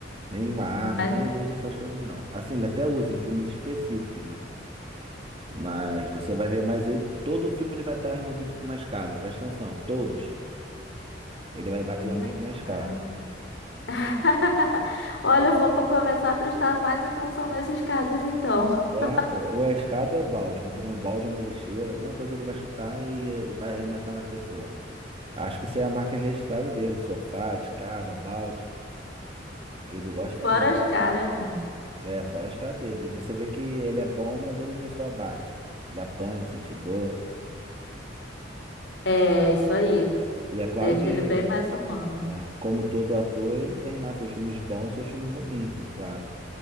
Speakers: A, on the right (about 30°); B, on the left (about 70°).
A: Nenhuma arma,
B: mas
A: nem ele usa essas coisas, não. Assim, ele até usa em filmes específicos, né? Mas você vai ver mais ele. Todo filme ele vai estar envolvido com uma escada, presta atenção, todos. Ele vai bater
B: uma
A: em alguém
B: espada.
A: com uma escada.
B: <laughs> Olha, eu vou po- começar a prestar mais atenção nas escadas, então. <laughs>
A: É, pô. Ou é escada ou é balde. Quando não é um balde, é uma lixeira, alguma coisa ele vai chutar e e vai arremessar na pessoa. Acho que essa é a marca registrada dele: sofá, escada, balde. Ele gosta
B: Fora
A: muito.
B: as caras, né?
A: É, fora as caras dele. E você vê que ele é bom, mas ele não só bate. Ele apanha, sente dor.
B: É, isso aí.
A: E é claro
B: Deixa
A: que,
B: ele bem mais humano.
A: é, como todo ator, ele tem lá seus filmes bons, seus filmes ruins, né? Claro.